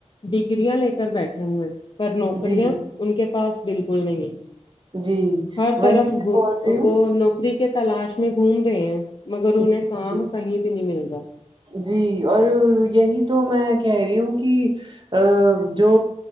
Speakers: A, on the left (about 40°); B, on the right (about 40°).
A: ڈگریاں لے کر بیٹھے ہوئے ہیں پر نوکریاں
B: جی
A: ان کے پاس بالکل نہیں ہے
B: جی
A: ہر
B: وہی
A: طرف
B: میں بول رہی
A: وہ نوکری کے تلاش میں گھوم رہے ہیں مگر
B: ہوں
A: انہیں کام کہیں بھی نہیں مل رہا
B: جی اور یہی تو میں کہہ رہی ہوں کہ ا جو